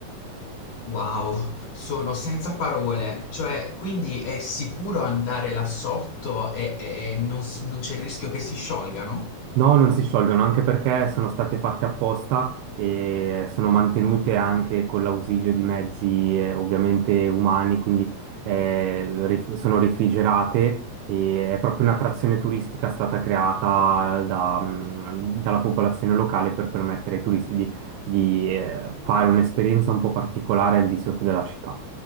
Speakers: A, on the left; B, on the right.
A: Wow, sono senza parole. Cioè, quindi è sicuro andare là sotto e, e- e non si- non c'è il rischio che si sciolgano?
B: No, non si sciolgono, anche perché sono state fatte apposta e sono mantenute anche con l'ausilio di mezzi eh, ovviamente umani, quindi eh, rif- sono refrigerate e è proprio un'attrazione turistica stata creata da, mm, dalla popolazione locale per permettere ai turisti di, di, eh, fare un'esperienza un po' particolare al di sotto della città.